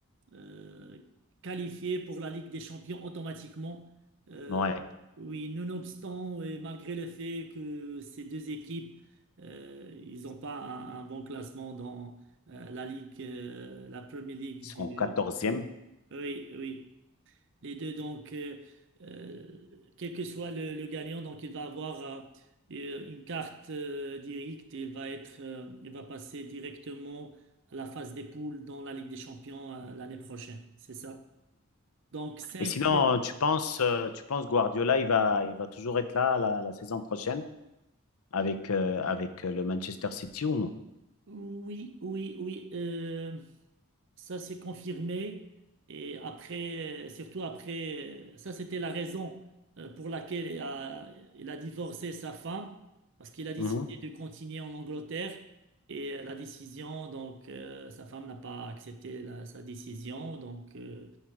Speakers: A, on the right; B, on the left.
A: euh, qualifiés pour la Ligue des Champions automatiquement. Euh,
B: Ouais.
A: oui, nonobstant et malgré le fait que ces deux équipes, euh, ils n'ont pas un, un bon classement dans euh, la Ligue, euh, la Premier League
B: Ils
A: du...
B: sont quatorzième.
A: Oui, oui. oui. Les deux, donc, euh, euh, quel que soit le, le gagnant, donc il va avoir euh, euh, une carte euh, directe et va être, euh, il va passer directement à la phase des poules dans la Ligue des Champions euh, l'année prochaine. C'est ça. Donc, cinq.
B: Et sinon, tu penses, euh, tu penses Guardiola, il va, il va toujours être là la, la saison prochaine avec, euh, avec euh, le Manchester City ou non?
A: Oui, oui, oui. euh, Ça s'est confirmé et après, euh, surtout après, euh, ça c'était la raison euh, pour laquelle il a, il a divorcé sa femme, parce qu'il a décidé
B: Mhm.
A: de continuer en Angleterre et euh, la décision, donc euh, sa femme n'a pas accepté la- sa décision, donc euh,